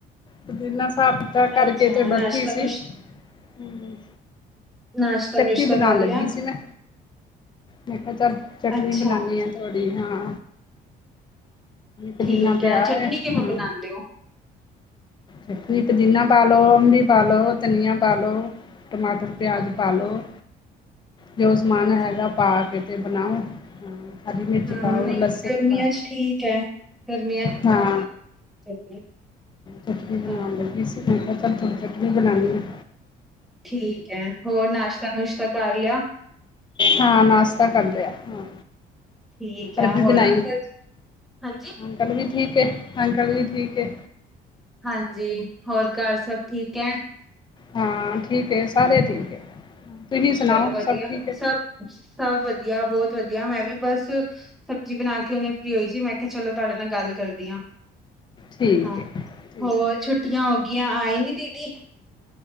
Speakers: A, on the left; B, in the centre.
A: ਪੁਦੀਨਾ ਸਾ ਤਾਂ ਕਰਕੇ
B: ਅੱਛਾ
A: ਤੇ ਬੈਠੀ
B: ਨਾਸ਼ਤਾ
A: ਸੀ।
B: ਨੁਸ਼
A: ਹੂੰ।
B: ਨਾਸ਼ਤਾ
A: ਚਟਨੀ
B: ਨੂਸ਼ਤਾ
A: ਬਣਾਉਣ
B: ਕਰ
A: ਲੱਗੀ
B: ਲਿਆ?
A: ਸੀ ਮੈਂ ਮੈਂ ਕਿਆ ਚਲ ਚਟਨੀ
B: ਅੱਛਾ
A: ਬਣਾਨੀ ਆ ਥੋੜ੍ਹੀ ਹਾਂ। ਪੁਦੀਨਾ
B: ਠੀਕ
A: ਪਿਆ
B: ਹੈ ਚਟਨੀ
A: ਐ ਹਾਂ।
B: ਕਿਵੇਂ ਬਣਾਉਂਦੇ ਹੋ
A: ਤੁਸੀਂ ਮੈਨੂੰ ਪੁਦੀਨਾ ਪਾਲੋ, ਅੰਬੀ ਪਾਲੋ, ਧਨੀਆ ਪਾਲੋੋ। ਟਮਾਟਰ, ਪਿਆਜ਼ ਪਾਲੋ। ਜੋ ਸਮਾਨ
B: ਅੱਛਾ
A: ਹੈਗਾ ਪਾ ਕੇ ਤੇ ਬਣਾਓ ਹਾਂ। ਹਰੀ ਮਿਰਚ
B: ਹਾਂ
A: ਪਾਓ
B: ਨਈ
A: ਲਸਣ
B: ਗਰਮੀਆਂ
A: ਪਾ
B: 'ਚ ਠੀਕ ਐ। ਗਰਮੀਆਂ 'ਚ
A: ਹਾਂ
B: ਬਣਦੀ।
A: ਚਟਨੀ ਬਣਾਣ
B: ਹਾਂ
A: ਲੱਗੀ ਸੀ ਮੈ ਖਿਆ ਚੱਲ ਥੋੜੀ ਚਟਨੀ ਬਣਾਣੀ ਆਂ।
B: ਠੀਕ ਐ ਹੋਰ ਨਾਸ਼ਤਾ ਨੂਸ਼ਤਾ ਕਰ ਲਿਆ।
A: ਹਾਂ ਨਾਸ਼ਤਾ ਕਰ ਲਿਆ ਹਾਂ।
B: ਠੀਕ ਹੈ
A: ਅਰਬੀ
B: ਹੋਰ
A: ਬਣਾਈ
B: ਅੰਕਲ ਹਾਂਜੀ।
A: ਅੰਕਲ ਵੀ ਠੀਕ ਏ-ਅੰਕਲ ਵੀ ਠੀਕ ਏ।
B: ਹਾਂਜੀ ਹੋਰ ਘਰ ਸਭ ਠੀਕ ਐ।
A: ਹਾਂ ਠੀਕ ਏ ਸਾਰੇ ਠੀਕ ਐ। ਤੁਹੀਂ ਸੁਣਾਓ
B: ਚੱਲ ਵਧੀਆ
A: ਸਭ ਠੀਕ ਐ।
B: ਸਭ ਸਭ ਵਧੀਆ ਬੋਤ ਵਧੀਆ। ਮੈਂ ਵੀ ਬਸ ਸਬਜ਼ੀ ਬਣਾ ਕੇ ਹੁਨੇ ਫ੍ਰੀ ਹੋਈ ਸੀ। ਮੈਂ ਕਿਆ ਚਲੋ ਤਾਡੇ ਨਾਲ ਗੱਲ ਕਰਦੀ ਆਂ।
A: ਠੀਕ
B: ਹਾਂ
A: ਹੈ ਠੀਕ
B: ਹੋਰ ਛੁ ਟੀਆਂ ਹੋ ਗੀਆਂ, ਆਏ ਨੀ ਦੀਦੀ।